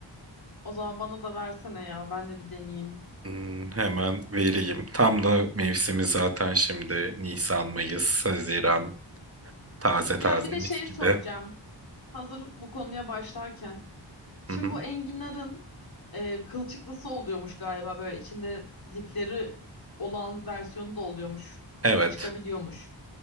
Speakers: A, on the left; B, on the right.
A: O zaman bana da versene ya. Ben de bir deneyeyim.
B: Hmm, hemen vereyim. Tam da mevsimi zaten şimdi Nisan, Mayıs, Haziran taze taze
A: Ya bir de
B: mis
A: şeyi
B: gibi.
A: soracağım. Hazır bu konuya başlarken. Şimdi
B: Hı hı.
A: bu enginarın e, kılçıklısı oluyormuş galiba. Böyle içinde lifleri olan versiyonu da oluyormuş.
B: Evet.
A: Kötü çıkabiliyormuş.